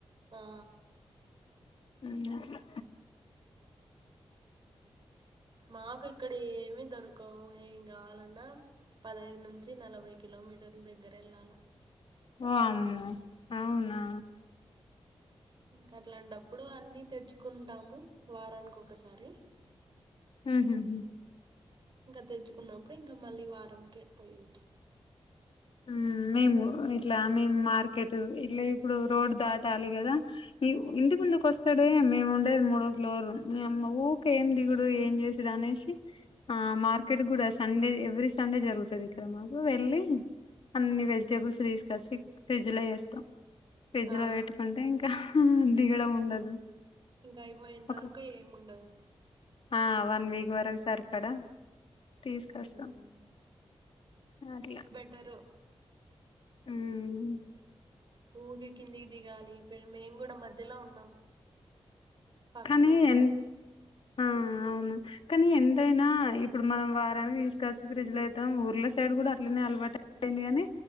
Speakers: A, on the right (about 50°); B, on the left (about 65°).
A: ఆ
B: ఉమ్మ్ అట్లా
A: మాకు ఇక్కడ ఏమి దొరకవు ఏం కావాలన్నా పదైదు నుంచి నలభై కిలోమీటర్ల దగ్గర ఎళ్ళాలా
B: వామ్మో అవునా
A: ఇంకా అట్లాంటప్పుడు అన్ని తెచ్చుకుంటాము వారానికి ఒకసారి
B: మ్మ్ఉఉమ్మ్
A: ఇంకా తెచ్చుకున్నప్పుడు ఇంకా మళ్ళీ వారంకే పోయేది
B: ఉమ్మ్ మేము ఇట్లా మేం మార్కెట్ ఇట్లా ఇప్పుడు రోడ్డు దాటాలి కదా ఇ ఇంటి ముందుకు వస్తాడే మేము ఉండేది మూడో ఫ్లోరు నియమ్మ ఊకే ఏం దిగుడు ఏం చే అనేసి ఆ మార్కెట్ కూడా సండే ఎవ్రీ సండే జరుగుతది ఇక్కడ మాకు వెళ్ళి అన్ని వెజిటేబుల్స్ తీసుకొచ్చి ఫ్రిడ్జ్‌లో ఏస్తాం ఫ్రిడ్జ్‌లో
A: ఆ
B: పెట్టుకుంటే ఇంకా ఉమ్ దిగడం ఉండదు
A: ఇంకా అయిపోయేంత
B: ఒక
A: వరకు ఏముండదు
B: ఆ వన్ వీక్ వరకు సరిపడా తీసుకొస్తాం
A: ఉమ్
B: అట్లా
A: త్తరు
B: మ్మ్
A: ఊకి కిందికి దిగాలి మేం కూడా మధ్యలో ఉన్నాం ఫస్ట్
B: కానీ
A: ఫ్లోర్
B: ఎన్
A: లో ఉన్నాం
B: ఆ అవును కానీ ఎంతైనా ఇప్పుడు మనం వారానికి తీసుకొచ్చి ఫ్రిడ్జ్ లో పెడతాం ఊర్ల సైడ్ కూడా అట్లనే అలవాటు పోయింది గానీ